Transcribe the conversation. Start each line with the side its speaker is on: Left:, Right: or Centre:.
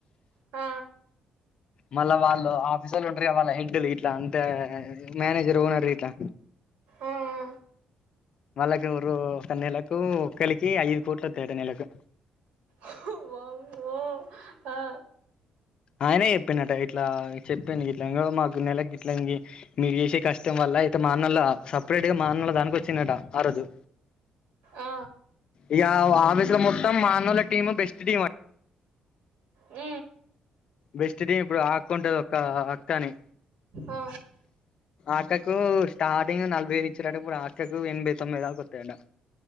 Right: ఆ
Left: మళ్ళా వాళ్ళు ఆఫీసర్లు ఉంటర్ గా వాళ్ళ ఇంటిగెల్లి ఉంటారుగా గిట్లా అంటే మేనేజర్ ఓనర్ ఇట్లా
Right: ఆ ఆ
Left: వాళ్ళకు రో ఒక నెలకు ఒక్కలికి ఐదు పుట్లూ వత్తాయట ఒక్క నెలకు
Right: ఓహ్ వామ్మో ఆ
Left: ఆయనే చెప్పిండాట ఇట్లా చెప్పింది ఇట్ల ఇంగో మాకు నెలకి గిట్ల మీరు చేసే కష్టం వల్ల అయితే మా అన్నోళ్ల సపరేట్గా మా అన్నల దానికి వచ్చిండాట ఆ రోజు
Right: ఆ
Left: ఇక ఆఫీసు లో మొత్తం మా అన్నోళ్ళ టీం బెస్ట్ టీం.
Right: ఊ.
Left: బెస్ట్ డే ఇప్పుడు ఆక్ కుంటది ఒక అక్క అని.
Right: ఆ
Left: అక్కకు స్టార్టింగ్ నలభై దు ఇచ్చినట ఇప్పుడు ఆటకు ఎనభై తొంభై దాకా వత్తయట.